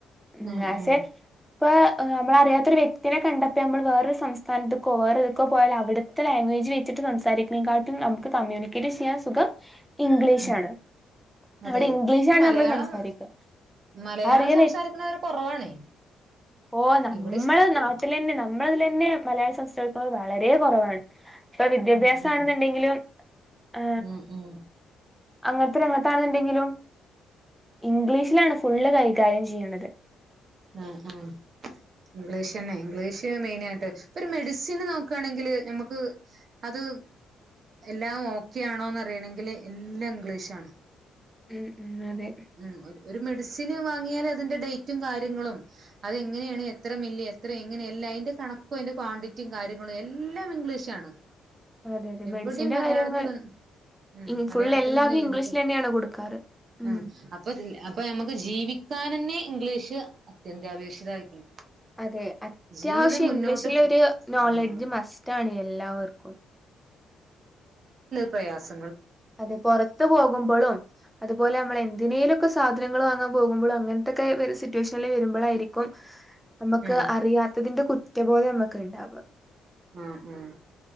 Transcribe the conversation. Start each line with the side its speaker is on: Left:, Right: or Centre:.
Centre: ഇം
Right: ഉം
Centre: ആസ്
Right: ഉം
Centre: എ ഇപ്പ നമ്മളറിയാത്ത ഒര് വ്യക്തിനെ കണ്ടപ്പോ നമ്മള് വേറൊരു സംസ് <unintelligible> ഒക്കെ പോയാല് അവിടുത്തെ ലാംഗ്വേജ് വച്ചിട്ട് സംസാരിക്ക്നെ ക്കാട്ടും നമു ക്ക് കമ്യൂണിക്കേറ്റ് ചെയ്യാൻ സുഖം ഇംഗ്ലീഷാണ്.
Right: ഉം അതെ
Centre: അവിടെ
Right: അതെ
Centre: ഇംഗ്ലീഷാണ്
Right: മലയാളം
Centre: നമ്മൾ സംസാരിക്കുക
Right: മലയാളം
Centre: അറിയൽ
Right: സംസാരിക്ക്ണവര് കൊറവാണ്.
Centre: ഓ നമ്മളെ
Right: ഇവിടെ
Centre: നാട്ടിലന്നെ
Right: ഇ
Centre: നമ്മളതിലന്നെ മലയാളം സംസാരിക്കുന്നവര് വളരെ കൊ റവാണ്. ഇപ്പൊ വിദ്യാഭ്യാസ
Right: ഉം ഉം
Centre: ആണെന്നുണ്ടെങ്കിലും ആ
Right: ഉം ഉം
Centre: അങ്ങ ഇത്ര അംഗത്താണെന്നുണ്ടെങ്കിലും ഇംഗ്ലീഷ്ലാണ് ഫുള്ള് കൈകാര്യം ചെയ്യണത്.
Right: ആഹ് ആഹ് ഇംഗ്ലീഷന്നെ ഇംഗ്ലീഷ് മെയിനായിട്ട് ഒരു മെഡിസിന് നോക്കാണെങ്കില് നമ്മുക്ക് അത് എല്ലാം ഓക്കെ ആണോന്ന് അറിയണങ്കില് എല്ലാം ഇംഗ്ലീഷാണ്.
Centre: ഉം ഉം അതെ
Right: മ് ഒര് ഒരു മെഡിസിന് വാങ്ങിയാല് അതിൻ്റെ ഡേറ്റും കാര്യങ്ങളും അതെങ്ങനെയാണ് എത്രമില്ലി എത്ര എങ്ങനെ എല്ലാം അതിൻ്റെ കണക്കും അതിൻ്റെ ക്വാണ്ടിറ്റിയും കാര്യങ്ങളും എല്ലാം ഇംഗ്ലീഷാണ്.
Centre: അതെ അതെ
Right: എവിടെയും
Centre: മെഡിസിന്റെ
Right: മലയാളത്തിലൊ
Centre: കാര്യങ്ങൾ
Right: ഉം
Centre: ഇം
Right: മലയാളത്തിലൊന്നും
Centre: ഫുൾ എല്ലാതും ഇംഗ്ലീഷിൽ
Right: എഴുതി
Centre: തന്നെയാണ് കൊടുക്കാറ്. ഉം
Right: ആഹ് അപ്പ അപ്പ നമ്മക്ക് ജീവിക്കാൻ നന്നെ ഇംഗ്ലീഷ് അത്യന്താപേക്ഷിതായിരിക്കും.
Centre: അതെ അത്യാവശ്യം
Right: ജീവിതം മുന്നോട്ട്
Centre: ഇംഗ്ലീഷിലൊരു നോളജ്
Right: ആഹ്
Centre: മസ്റ്റ് ആണ് എല്ലാവർക്കും.
Right: പ്രയാസ
Centre: അതെ പൊറത്ത് പോക്മ്പളും അത് അതുപോലെമ്മള് എന്തിനേലൊക്കെ സാധനങ്ങള് വാങ്ങാൻ പോകുമ്പോളും അങ്ങൻ ത്തെക്കെ വേറെ സ് ട്യൂഷൻല് വരുമ്പോളായിരിക്കും നമുക്ക്
Right: ഉം
Centre: അറിയാത്തതിന്റെ കുറ്റ മറ്റേ പോലെ നമ്മക്ക് ഉണ്ടാവ.
Right: ആഹ് ആഹ്